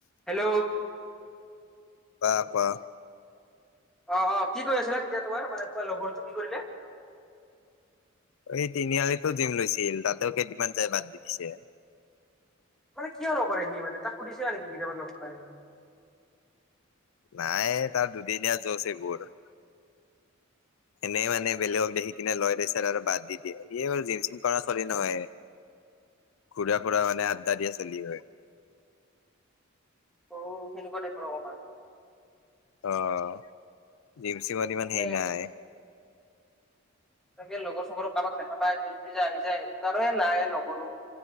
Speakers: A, in the centre; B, on the left.
A: Hello
B: কোৱা, কোৱা।
A: অ', অ' কি আছিলে তেতিয়া তোমাৰ মানে তোমাৰ লগৰটো কি কৰিলে?
B: অ' এই তিনিআলিতো জিম লৈছিল, তাতেও কেইদিনমান যাই বাদ দি দিছে।
A: মানে কিয় নকৰে সি মানে, তাক সুধিছিলা নেকি কেতিয়াবা লগ পায় হলো।
B: নাই তাৰ দুদিনীয়া জুচ সেইবোৰ। এনেই মানে বেলেগক দেখি কিনে লয় তাৰ পিছত আৰু বাদ দি দিয়ে। সি বাৰু জিম চিম কৰা ছোৱালী ন - হয়, ঘুৰা ফুৰা কৰা মানে আড্ডা দিয়া ছোৱালী হয়।
A: অ' সেনেকুৱা টাইপৰ অকমান।
B: অ' জিম চিমত ইমান
A: মানে
B: হেৰি নাই।
A: চাগে লগৰ চগৰে কাৰোবাক দেখা পায়, জুচতে আহি যায়, তাৰ পিছত নাই নকৰো।